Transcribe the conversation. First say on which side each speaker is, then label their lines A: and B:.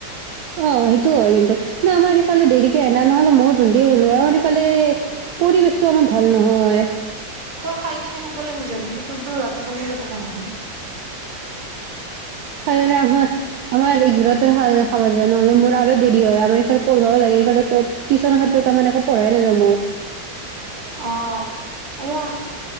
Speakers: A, on the right; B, on the right.
A: অ সেইটো হয় কিন্তু কিন্তু আমাৰ ইফালে দেৰিকে এনা নহলে মইও জল্দি হলো হয় আম ইফালে পৰিৱেশতটো আমাৰ ভাল নহয়
B: তই খাই কিনে সোনকালে হৈ যাবি তোৰতো ৰাতিপুৱা আহি চাকে নহয় <unintelligible>
A: খাইয়ো আমাৰ এঘাৰতাত খাব যায় নহলে মোৰ আৰু দেৰি হয়, আমাৰ ইফালে পঢ়ও লাগে ইফালে টিউচনৰ ক্ষেত্ৰত ত একো পঢ়াই নাযাওঁ মোৰ।
B: অহ আয়া